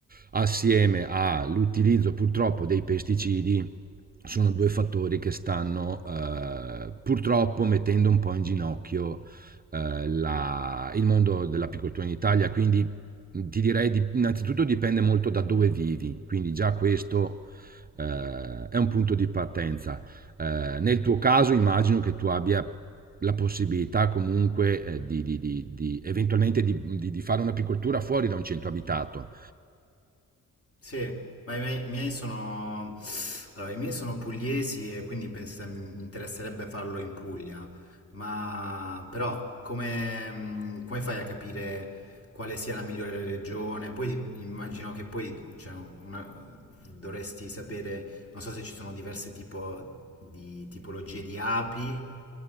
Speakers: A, on the right; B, on the left.
A: assieme all'utilizzo purtroppo dei pesticidi sono due fattori che stanno eh, purtroppo mettendo un po' in ginocchio eh, la- il mondo dell'apicoltura in Italia, quindi ti direi di- innanzitutto dipende molto da dove vivi, quindi già questo eh, è un punto di partenza. Eh, nel tuo caso immagino che tu abbia la possibilità comunque eh, di, di- di- di- eventualmente di, di- di fare un'apicoltura fuori da un centro abitato.
B: Sì, ma i miei, i miei sono, allora, i miei sono pugliesi e quindi pens- mi interesserebbe farlo in Puglia, ma però come, mh, come fai a capire quale sia la migliore regione? Poi immagino che poi cioè, una- dovresti sapere, non so se ci sono diverse tipo di tipologie di api